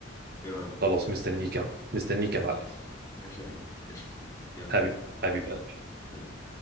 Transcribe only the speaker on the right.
خلاص مستنيك يا- مستنيك يا معلم
حبيب حبيب قلبي